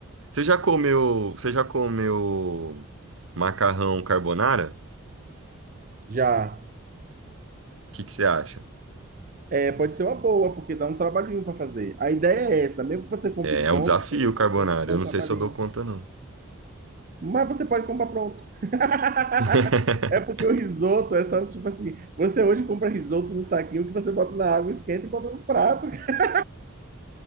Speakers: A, on the right (about 70°); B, on the right (about 40°).
A: Você já comeu, você já comeu macarrão carbonara?
B: já.
A: O que que você acha?
B: É, pode ser uma boa, porque dá um trabalhinho para fazer. A ideia é essa, mesmo que você compre
A: É, é
B: pronto,
A: um desafio,
B: tem alguma
A: carbonara.
B: coisa que dá
A: Eu
B: um
A: não
B: trabalhinho.
A: sei se eu dou conta, não.
B: Mas você pode comprar pronto. <laughs>
A: <laughs>
B: É porque o risoto é só tipo assim: você hoje compra risoto no saquinho que você bota na água, esquenta e bota no prato. <laughs>